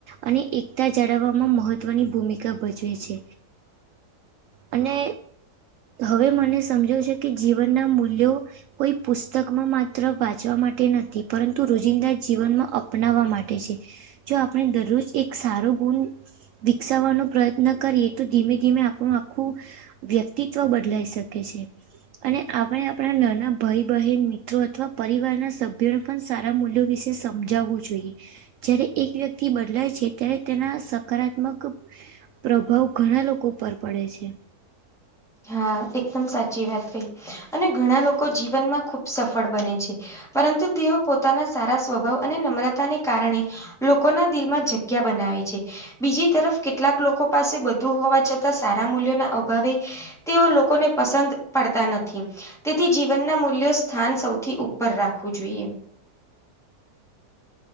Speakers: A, on the right; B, in the centre.
A: અને એકતા જાળવવામાં મહ ત્ત્વની ભૂમિકા ભજવે છે. અને હવે મને સમજો છે કે જીવનના મૂલ્યો કોઈ પુસ્તકમાં માત્ર વાંચવા માટે નથી પરંતુ રોજિંદા જીવનમાં અપનાવવા માટે છે. જો આપણે દરરોજ એક સારો ગુણ વિકસાવવાનો પ્રયત્ન કરીએ. તો ધીમે ધીમે આપણું આખું વ્યક્તિત્વ બદલાઈ શકે છે. અને આપણે આપણા નાના ભાઈ બહેન મિત્રો અથવા પરિવારના સભ્યોને પણ સારા મૂલ્યો વિશે સમજાવવું જોઈએ. જ્યારે એક વ્યક્તિ બદલાય છે ત્યારે તેના સકારાત્મક પ્રભાવ ઘણા લોકો ઉપર પડે છે.
B: હા એકદમ સાચી વાત કહી અને ઘણા લોકો જીવનમાં ખુબ સફળ બને છે. પરંતુ તેઓ પોતાના સારા સ્વભાવ અને નમ્રતાને કારણે લોકોના દિલમાં જગ્યા બનાવે છે. બીજી તરફ કેટલાક લોકો પાસે બધું હોવા છતાં સારા મૂલ્યોના અભાવે તેઓ લોકોને પસંદ પડતા નથી. તેથી જીવનના મૂલ્યો સ્થાન સૌથી ઉપર રાખવું જોઈએ.